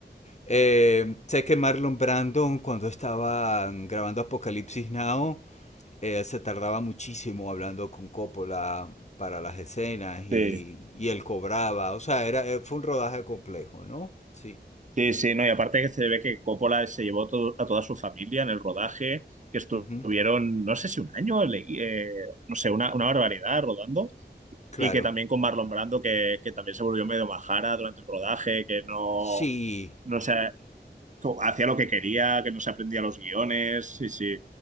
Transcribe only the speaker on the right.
Sí.
Sí, sí, no, y aparte que se ve que Coppola se llevó to- a toda su familia en el rodaje, que estuvieron,
no sé si un año, leí, eh, no sé, una, una barbaridad rodando,
y que también con Marlon Brando, que, que también se volvió medio majara durante el rodaje, que no,
no sé, co- hacía lo que quería, que no se aprendía los guiones, sí, sí.